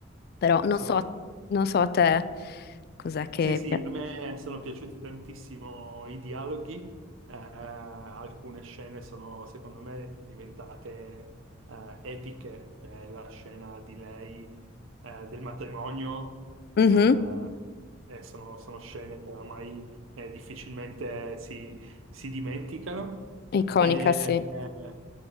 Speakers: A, on the left; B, on the right.
A: Però non
B: sono
A: so,
B: d'accordo.
A: non so a te cos'è che
B: Sì, sì,
A: piace.
B: a me sono piaciuti tantissimo i dialoghi, eh, alcune scene sono secondo me diventate eh, epiche, Cioè, la scena di lei eh, del matrimonio,
A: Mhm,
B: eh, eh, sono, sono scene che ormai eh, difficilmente si, si dimenticano.
A: Iconica,
B: E,
A: sì.
B: eh,